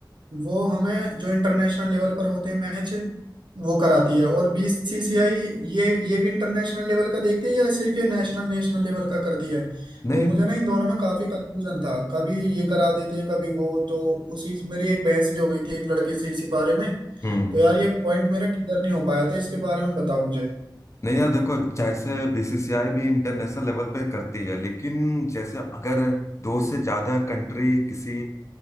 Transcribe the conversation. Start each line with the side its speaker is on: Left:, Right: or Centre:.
Right: वो हमें जो इंटरनेशनल लेवल पर होते हैं मैच वो कराती है और बीसीसीआई ये ये भी इंटरनेशनल लेवल का देखती है या सिर्फ ये नेशनल नेशनल लेवल का करती है
Left: नहीं
Right: तो मुझे ना इन दोनों में काफी कंफ्यूजन था कभी ये करा देते हैं कभी वो तो उसी मेरी एक बहस भी हो गई थी एक लड़के से इसी बारे में
Left: हम्म
Right: तो यार ये पॉइंट मेरा क्लियर नहीं हो पाया था इसके बारे में बताओ मुझे
Left: नहीं यार देखो जैसे बीसीसीआई भी इंटरनेशनल लेवल पे करती है लेकिन जैसे अगर दो से ज्यादा कंट्री किसी